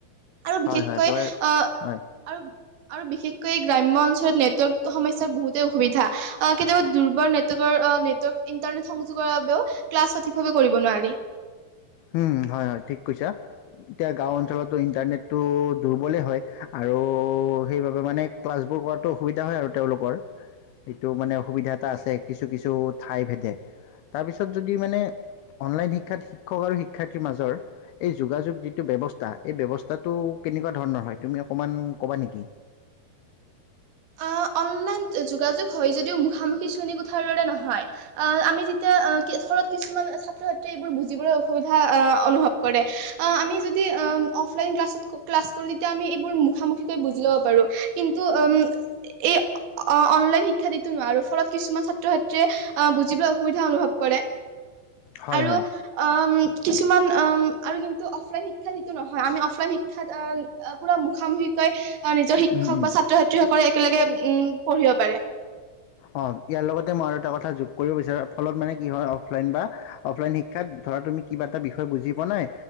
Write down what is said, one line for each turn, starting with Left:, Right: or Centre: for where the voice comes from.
Right: আৰু বিশেষকৈ
Left: হয় হয় একেবাৰে
Right: আহ
Left: হয়
Right: আৰু আৰু বিশেষকৈ গ্ৰাম্য অঞ্চলত নেটৱৰ্ক সমস্যাৰ বহুতে অসুবিধা, আ কেতিয়াবা দুৰ্বল নেটৱৰ্কৰ নেটৱৰ্ক ইন্টাৰনেট সংযোগৰ বাবেও ক্লাছ সঠিকভাৱে কৰিব ব নোৱাৰি।
Left: হুন, হয় হয়, ঠিক কৈছা, এতিয়া গাঁও অঞ্চলতো ইণ্টাৰনেটটো দুৰ্বলেই হয় আৰু সেইবাবে মানে ক্লাছবোৰ কৰাতো অসুবিধা হয় আৰু তেওঁলোকৰ, এইটো মানে অসুবিধা এটা আছে কিছু কিছু ঠাই ভেদে, তাৰপিছত যদি মানে অনলাইন শিক্ষাত শিক্ষক আৰু শিক্ষাৰ্থীৰ মাজৰ এই যোগাযোগ যিটো ব্যৱস্থা এই ব্যৱস্থাটো কেনেকুৱা ধৰণৰ হয় তুমি অকমান কবা নেকি?
Right: অ', অনলাইন যোগাযোগ হয় যদিও মুখামুখি শ্ৰেণীকোঠাৰ দৰে নহয় আমি যেতিয়া ধৰক কিছুমান ছাত্ৰ ছাত্ৰীয়ে এইবোৰ বুজিবলৈ অসুবিধা অনুভৱ কৰে আমি যদি অফলাইন ক্লাছত ক্লাছ কৰোঁ তেতিয়া আমি এইবোৰ মুখামুখিকৈ বুজি ল'ব পাৰোঁ কিন্তু উম এই অনলাইন শিক্ষা দিতো নোৱাৰো ফলত কিছুমান ছাত্ৰ ছাত্ৰীয়ে বুজিবলৈ অসুবিধা অনুভৱ কৰে।
Left: হয়
Right: আৰু
Left: হয়
Right: অম কিছুমান অম, আৰু কিন্তু অফলাইন শিক্ষাত যিটো নহয় আমি অফলাইন শিক্ষাত পুৰা মুখামুখিকৈ অ' নিজৰ শিক্ষক
Left: উম উম
Right: বা ছাত্ৰ ছাত্ৰী হওক একেলগে, উম পঢ়িব পাৰে।
Left: অ, ইয়াৰ লগতে মই আৰু এটা কথা যোগ কৰিব বিচাৰো ফলত মানে কি হয় অফলাইন বা অফলাইন শিক্ষাত ধৰা তুমি কিবা এটা বিষয় বুজি পোৱা নাই